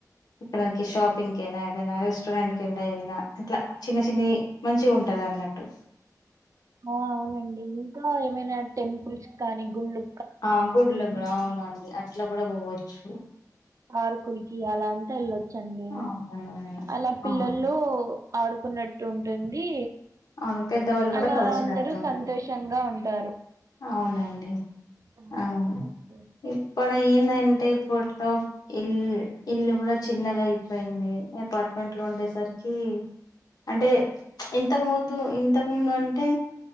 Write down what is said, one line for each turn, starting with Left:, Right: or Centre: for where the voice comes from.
Left: ఎక్కడికి షాపింగ్కైనా నా రెస్టారెంట్ క వెళ్దానా ఇట్లా చిన్న చిన్న మంచి ఉంటదన్నట్టు
Right: ఆ అవునండి ఇంకా ఏమైనా టెంపుల్స్ కానీ గుళ్ళు
Left: ఆ గుడ్లు కూడా అవును అండి అట్లా కూడా పోవచ్చు
Right: ఆరుకులకి అలా అంతా వెళ్ళొచ్చండి
Left: అవునండి అవును
Right: అలా పిల్లలు
Left: అవును
Right: ఓ ఆడుకున్నట్టు ఉంటుంది
Left: అవును పెద్దవాళ్ళు కూడా
Right: అలా
Left: కలిసినట్టు
Right: అందరూ
Left: ఉంటుంది
Right: సంతోషంగా ఉంటారు
Left: అవునండి
Right: అవునండి
Left: అవును ఇప్పుడు ఏందంటే ఫట్లో ఇల్ ఇల్లు కూడా చిన్నగయిపోయింది అపార్ట్మెంట్ లో ఉండేసరికి ఉమ్ అంటే ఇంతకు ముందు ఇంతకు ముందు అంటే